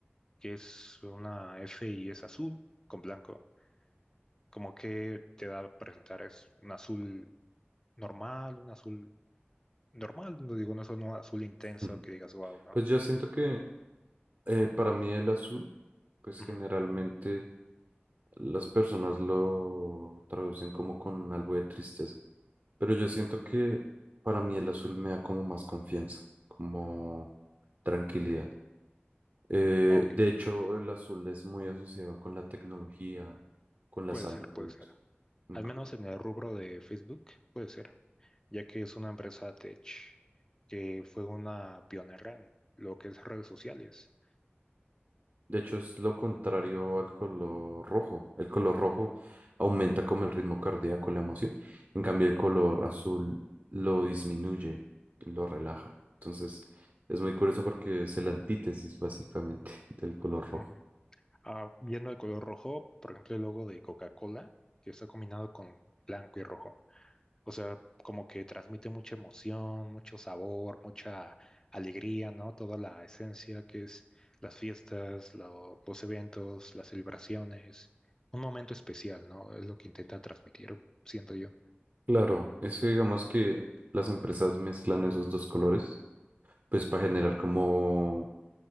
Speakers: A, on the left (about 15°); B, on the right (about 50°).
A: que es una F y es azul con blanco. Como que te da a presentar es un azul normal, un azul normal, no digo, no es un azul intenso
B: <laughs>
A: que digas, wow, ¿no?
B: Pues yo siento que eh, para mí el azul, pues
A: Ujú.
B: generalmente las personas lo traducen como con algo de tristeza, pero yo siento que para mí el azul me da como más confianza, como tranquilidad. Eh,
A: Ok,
B: de hecho, el azul es muy asociado con la tecnología, con la
A: Puede
B: salud,
A: ser, puede ser.
B: incluso.
A: Al menos en el rubro de Facebook, puede ser, ya que es una empresa tech que fue una pionera en lo que es redes sociales.
B: De hecho, es lo contrario al color rojo. El color rojo aumenta como el ritmo cardíaco, la emoción. En cambio, el color azul lo disminuye, lo relaja. Entonces, es muy curioso porque es el antítesis, básicamente, <laughs> del color rojo.
A: Ujú. Ah, viendo el color rojo, por ejemplo, el logo de Coca-Cola, que está combinado con blanco y rojo. O sea, como que transmite mucha emoción, mucho sabor, mucha alegría, ¿no? Toda la esencia que es las fiestas, lo- los eventos, las celebraciones. Un momento especial, ¿no? Es lo que intenta transmitir, siento yo.
B: Claro, es que digamos que las empresas mezclan esos dos colores, pues para generar como